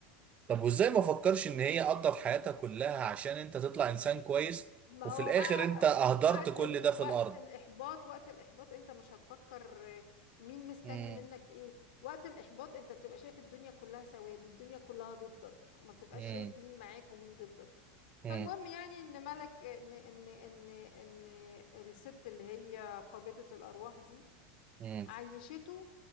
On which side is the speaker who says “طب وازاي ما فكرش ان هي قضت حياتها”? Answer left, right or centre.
Right